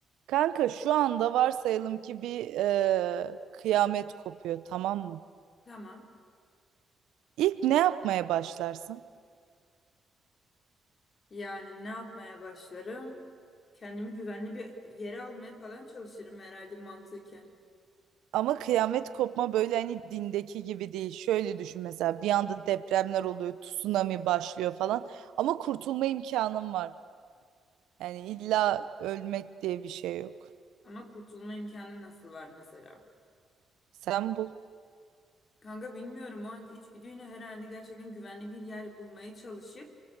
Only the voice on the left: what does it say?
Tamam.
Yani ne yapmaya başlarım? Kendimi güvenli bir yere almaya falan çalışırım herhalde mantıken.
Ama kurtulma imkanı nasıl var mesela?
Kanka bilmiyorum o anki içgüdüyle herhalde gerçekten güvenli bir yer bulmaya çalışıp